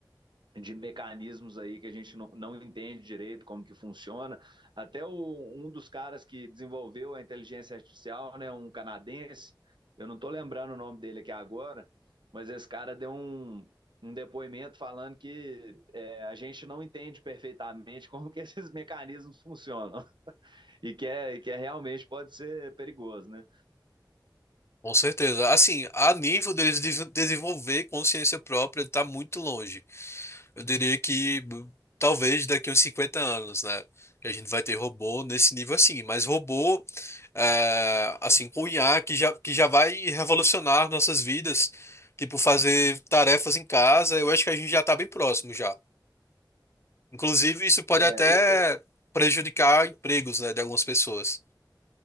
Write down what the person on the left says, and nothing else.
com certeza. Assim, a nível deles de- desenvolver consciência própria, tá muito longe. Eu diria que hum, talvez daqui uns 50 anos, né? Que a gente vai ter robô nesse nível assim. Mas robô, é, assim, com IA que já, que já vai revolucionar nossas vidas. Tipo, fazer tarefas em casa, eu acho que a gente já tá bem próximo já. Inclusive, isso pode
até
prejudicar empregos, né, de algumas pessoas.